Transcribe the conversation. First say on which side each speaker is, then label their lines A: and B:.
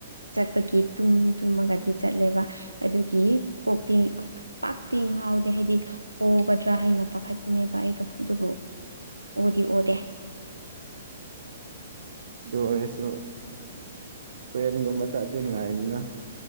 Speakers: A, on the right; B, on the right.
A: ꯆꯠꯄꯒꯤ ꯇꯨꯝ ꯇꯨꯝꯃꯒꯗꯤ ꯆꯠꯂꯦꯕ ꯑꯗꯨꯒꯤ ꯀꯣꯛꯇꯤ ꯇꯤ ꯉꯥꯎꯗꯦ ꯍꯥꯏꯗꯤ ꯑꯣꯒꯗ꯭ꯔꯥ ꯍꯩꯅ ꯄꯥꯈꯠꯄꯅꯦꯕ ꯑꯩꯗꯣ ꯑꯗꯨꯕꯨ ꯑꯣꯗꯤ ꯑꯣꯗꯦ
B: ꯗꯨ ꯑꯣꯏꯔꯁꯨ ꯇ꯭ꯔꯦꯟꯒꯨꯝꯕ ꯆꯠꯂꯗꯤ ꯅꯨꯡꯉꯥꯏꯗꯅ